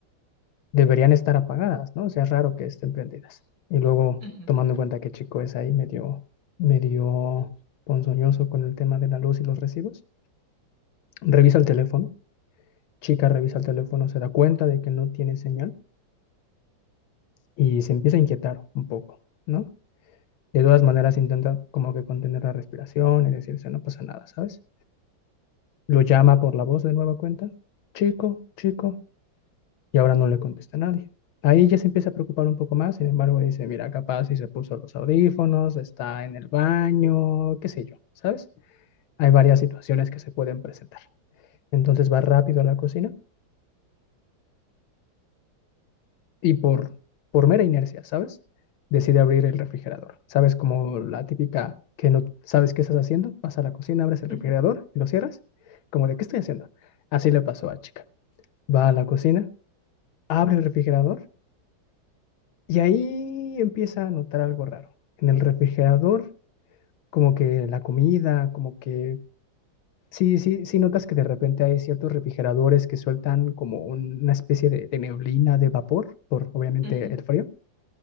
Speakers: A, on the left; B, on the right.
A: deberían estar apagadas, ¿no? O sea, es raro que estén prendidas. Y luego,
B: Ujú,
A: tomando en cuenta que Chico es ahí medio, medio ponzoñoso con el tema de la luz y los recibos, revisa el teléfono, Chica revisa el teléfono, se da cuenta de que no tiene señal y se empieza a inquietar un poco, ¿no? De todas maneras intenta como que contener la respiración y decirse, no pasa nada, ¿sabes? Lo llama por la voz de nueva cuenta, chico, chico, y ahora no le contesta a nadie. Ahí ya se empieza a preocupar un poco más, sin embargo dice, mira, capaz si se puso los audífonos, está en el baño, qué sé yo, ¿sabes? Hay varias situaciones que se pueden presentar. Entonces va rápido a la cocina y por, por mera inercia, ¿sabes? Decide abrir el refrigerador. ¿Sabes como la típica que no sabes qué estás haciendo? Vas a la cocina, abres el
B: ujú,
A: refrigerador y lo cierras. Como de, ¿qué estoy haciendo? Así le pasó a Chica. Va a la cocina, abre el refrigerador y ahí empieza a notar algo raro. En el refrigerador, como que la comida, como que... Sí, sí, sí notas que de repente hay ciertos refrigeradores que sueltan como un- una especie de, de neblina, de vapor, por obviamente
B: ujú.
A: el frío.